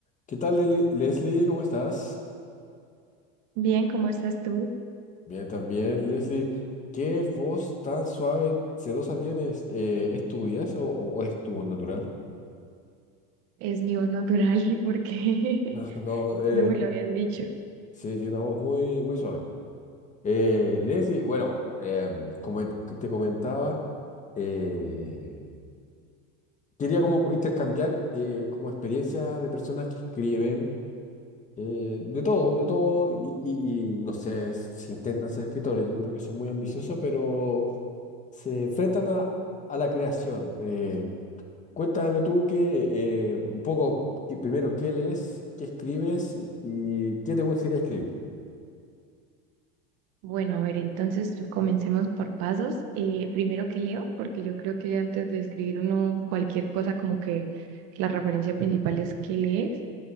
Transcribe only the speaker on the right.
Bien, ¿cómo estás tú?
Es mi voz natural <laughs> porque
<laughs>
no me lo habían dicho.
Bueno, a ver, entonces comencemos por pasos. Eh, primero que leo, porque yo creo que antes de escribir uno cualquier cosa, como que la referencia principal es qué lees.